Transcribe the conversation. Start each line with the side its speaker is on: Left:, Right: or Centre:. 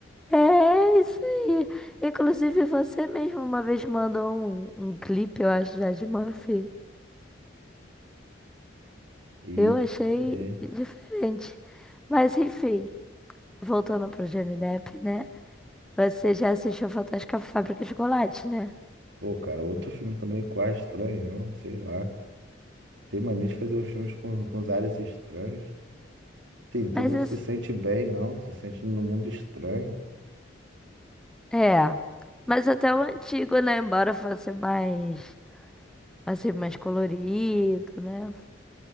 Centre: É isso aí. Inclusive, você mesmo uma vez mandou um, um clipe, eu acho, já de Murphy.
Right: E,
Centre: Eu achei
Right: é,
Centre: diferente. Mas, enfim, voltando pro Johnny Depp, né? Você já assistiu Fantástica Fábrica de Chocolate, né?
Right: pô, cara, outro filme também quase estranho, sei lá. Tem mania de fazer os filmes com, com os áreas estranhos. Sim, tu
Centre: Mas
Right: não se sente bem, não. Tu se sente no mundo estranho.
Centre: É, mas até o antigo, né? Embora fosse mais, assim, mais colorido, né?